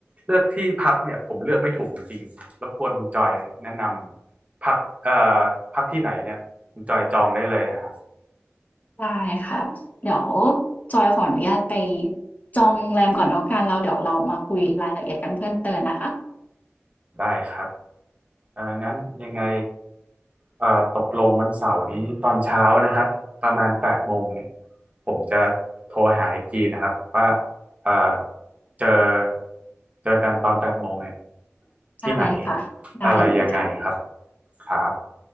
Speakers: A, on the right (about 30°); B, on the left (about 35°).
A: เลือกที่พักเนี่ยผมเลือกไม่ถูกจริงๆรบกวนคุณจอยเนี่ยแนะนำพักเอ่อพักที่ไหนเนี่ยคุณจอยจองได้เลยนะครับ
B: ได้ค่ะเดี๋ยวจอยขออนุญาตไปจองโรงแรมก่อนแล้วกันแล้วเดี๋ยวเรามาคุยรายละเอียดกันเพิ่มเติมนะคะ
A: ได้ครับ เอ่องั้นยังไงเอ่อตกลงวันเสาร์นี้ตอนเช้านะครับประมาณแปดโมงเนี่ยผมจะโทรหาอีกทีนะครับว่าเอ่อเจอเจอกันตอนแปดโมงเนี่ย
B: ได้ค่ะได้เลยค่ะ
A: ที่ไหนอะไรยังไงครับครับ